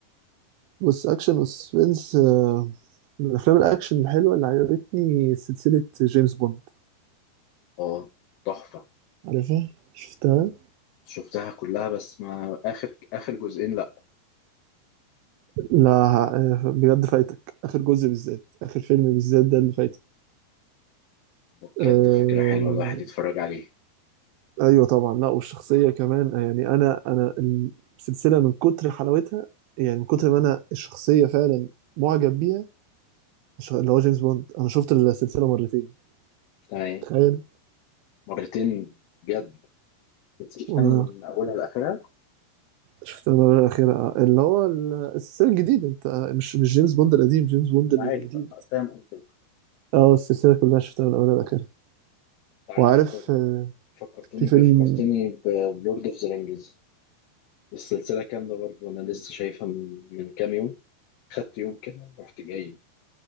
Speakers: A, on the right (about 80°); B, on the left (about 70°).
A: بص اكشن وسسبنس آه من افلام الاكشن الحلوه اللي عجبتني سلسله جيمس بوند
B: اه تحفة
A: عارفها شفتها
B: شفتها كلها بس ما اخر اخر جزئين لا
A: لا آه، بجد فايتك اخر جزء بالذات اخر فيلم بالذات ده اللي فايتك
B: ده بجد
A: آه
B: فكرة حلوة الواحد يتفرج عليه
A: ايوه طبعا لا والشخصيه كمان آه، يعني انا انا السلسله من كتر حلاوتها يعني من كتر ما انا الشخصيه فعلا معجب بيها الش- اللي هو جيمس بوند انا شفت السلسله مرتين
B: تمام
A: تخيل
B: مرتين بجد تسيب
A: وانا
B: من اولها لاخرها
A: شفت المره الاخيره آه، اللي هو ال- السلسله الجديده انت مش مش جيمس بوند القديم جيمس بوند
B: انا
A: الجديد
B: عارف فاهم قصدك
A: اه السلسله كلها شفتها من اولها لاخرها
B: عارف
A: وعارف
B: فكر
A: آه،
B: فكرتني
A: في فيلم
B: بايه فكرتني بلورد اوف ذا رينجز السلسله كامله برضو انا لسه شايفها من من كام يوم خدت يوم كده ورحت جاي